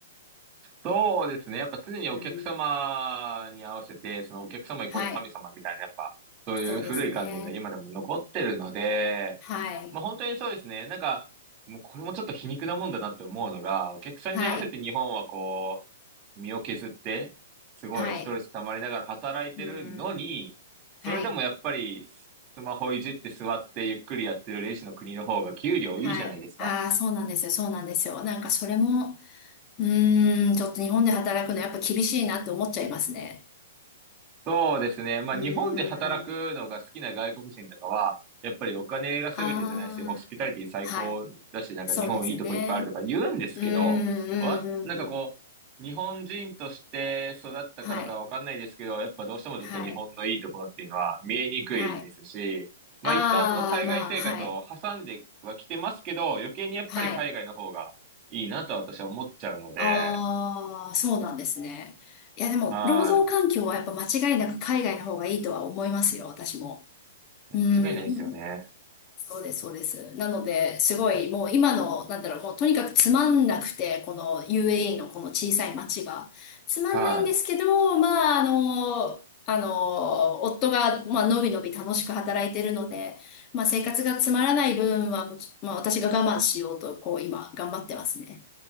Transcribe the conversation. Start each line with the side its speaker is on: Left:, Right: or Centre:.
Right: そうですね。やっぱ常にお客様に合わせて、
Left: うん。
Right: そのお客様イコール神様みたいな、
Left: はい。
Right: やっぱ、そういう古い観念が今でも残ってるので、
Left: そうですね。はい。
Right: まあ本当にそうですね。なんか、もうこれもちょっと皮肉なもんだなって思うのが、お客さんに合わせて日本はこ
Left: はい。
Right: う、身を削って、すごいストレス溜まりながら働いてるのに、
Left: はい。うん。
Right: それでもやっぱりスマホいじって座ってゆっくりやってるレジの国の方が給料いいじゃないですか。
Left: はい。はい。ああ、そうなんですよ。そうなんですよ。なんかそれも、うーん、ちょっと日本で働くのやっぱ厳しいなって思っちゃいますね。
Right: そうですね。まあ、
Left: うーん。
Right: 日本で働くのが好きな外国人とかは、やっぱりお金が全てじゃないし、
Left: ああ、
Right: ホスピタリティ最高だし、
Left: はい。
Right: なんか日本いいとこいっぱいあるとか言うんですけど、
Left: そうですね。うーん、
Right: わ、
Left: うん、
Right: なんかこう、
Left: うん、うん。
Right: 日本人として育ったからかわかんないですけど、
Left: はい、
Right: やっぱどうしてもちょっと日本のいいところっていうのは見えにくいですし、
Left: はい、はい。
Right: まあ、
Left: ああ、
Right: 一旦その海外生活を挟んではきてますけど、
Left: まあ、はい、
Right: 余計にやっぱり海外の方がいいなと私は思っちゃうので、
Left: はい。ああ、そうなんですね。いや、でも、
Right: は
Left: 労働環境はやっぱ間違いなく海外の方がいいとは思いますよ、私も。
Right: い。
Left: うーん。
Right: いや、間違いないですよね。
Left: そうです、そうです。なので、すごい、もう今の、なんだろう、もうとにかくつまんなくて、この UAE のこの小さい町が。つまんないんですけど、
Right: はい。
Left: まあ、あの、あの、夫が、まあ、のびのび楽しく働いてるので、まあ、生活がつまらない分は、まあ、私が我慢しようと、こう、今、頑張ってますね。